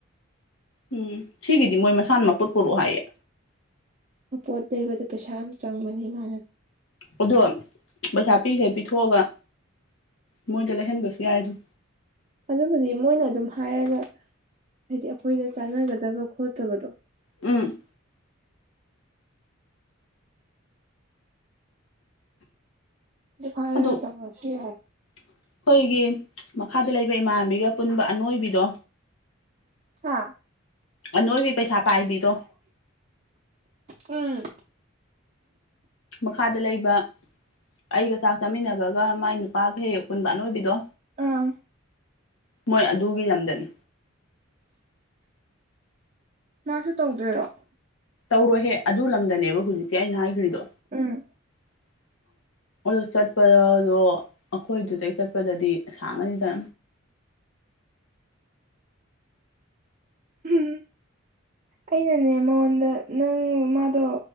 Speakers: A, on the left; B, on the right.
A: ꯎꯝ ꯁꯤꯒꯤꯗꯤ ꯃꯣꯏ ꯃꯁꯥꯅ ꯃꯄꫭꯠ ꯄꯨꯔꯛꯑꯣ ꯍꯥꯏꯌꯦ
B: ꯃꯄꯣꯠ ꯂꯩꯕꯗ ꯄꯩꯁꯥ ꯑꯃ ꯆꯪꯕꯅꯤ ꯃꯥꯟ
A: ꯑꯗꯣ ꯄꯩꯁꯥ ꯄꯤꯈꯩ ꯄꯤꯊꯣꯛꯑꯒ ꯃꯣꯏꯗ ꯂꯩꯍꯟꯕꯁꯨ ꯌꯥꯏ ꯑꯗꯨꯝ
B: ꯑꯗꯨꯕꯨꯗꯤ ꯃꯣꯏꯅ ꯑꯗꯨꯝ ꯍꯥꯏꯔꯒ ꯍꯥꯏꯗꯤ ꯑꯩꯈꯣꯏꯗ ꯆꯥꯟꯅꯒꯗꯕ ꯈꯣꯠꯇꯕꯗꯣ
A: ꯎꯝ
B: ꯍꯥꯏꯔꯒ
A: ꯑꯗꯨ
B: ꯇꯧꯔꯁꯨ ꯌꯥꯔ
A: ꯑꯩꯈꯣꯏꯒꯤ ꯃꯈꯥꯗ ꯂꯩꯕ ꯏꯃꯥꯟꯕꯤꯒ ꯄꯨꯟꯕ ꯑꯅꯣꯏꯕꯤꯗꯣ
B: ꯍꯥꯥ
A: ꯑꯅꯣꯏꯕꯤ ꯄꯩꯁꯥ ꯄꯥꯏꯕꯤꯗꯣ
B: <inaudible> ꯎꯝ
A: ꯃꯈꯥꯗ ꯂꯩꯕ ꯑꯩꯒ ꯆꯥꯛ ꯆꯥꯃꯤꯟꯅꯕꯒ ꯃꯥꯏ ꯅꯨꯄꯥꯒ ꯍꯦꯛ ꯍꯦꯛ ꯄꯨꯨꯟꯕ ꯑꯅꯣꯏꯕꯤꯗꯣ
B: ꯎꯝ
A: ꯃꯣꯏ ꯑꯗꯨꯒꯤ ꯂꯝꯗꯅꯤ
B: ꯎꯝ ꯅꯪꯁꯨ ꯇꯧꯗꯣꯏꯔꯣ
A: ꯇꯧꯔꯣꯏꯍꯦ ꯑꯗꯨ ꯂꯝꯗꯅꯦꯕ ꯍꯧꯖꯤꯛꯇꯤ ꯑꯩꯅ ꯍꯥꯏꯈ꯭ꯔꯤꯗꯣ
B: ꯎꯝ
A: <inaudible> ꯑꯣꯏ ꯆꯠꯄ ꯌꯥꯑꯣꯏ ꯑꯗꯣ ꯑꯩꯈꯣꯏꯗꯨꯗꯩ ꯆꯠꯄꯗꯗꯤ ꯑꯁꯥꯡꯉꯅꯤꯗ
B: ꯎꯝ ꯑꯩꯅꯅꯦ ꯃꯉꯣꯟꯗ ꯅꯪ ꯃꯗꯣ